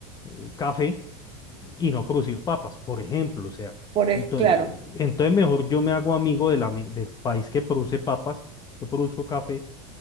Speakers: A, on the left; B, on the right.
A: eh, café y no producir papas, por ejemplo, o sea,
B: por es
A: entonces,
B: claro.
A: entonces mejor yo me hago amigo del, ami- del país que produce papas, yo produzco café